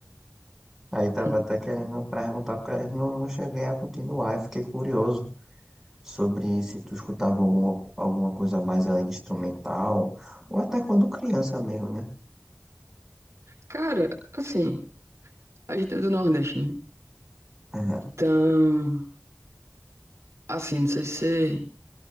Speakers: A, in the centre; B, on the right (about 60°).
A: aí tava
B: <laughs>
A: até querendo perguntar, porque eu não, não cheguei a continuar, eu fiquei curioso sobre se tu escutava alguma, alguma coisa mais além de instrumental, ou até quando criança mesmo, né?
B: Cara, assim, a gente é do Nordeste, né?
A: <laughs> Aham.
B: Então, assim, não sei se você,